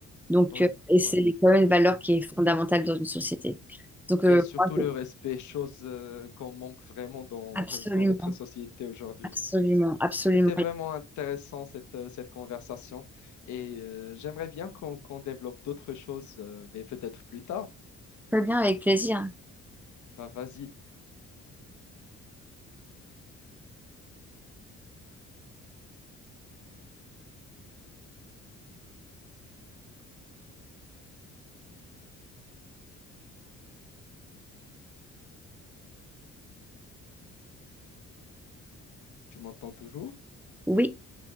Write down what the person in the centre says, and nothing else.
Donc,
euh, et
c'est quand même une valeur qui est fondamentale dans une société. Donc, euh,
moi, j'ai-
absolument,
absolument, absolument.
Très bien, avec plaisir.
Oui,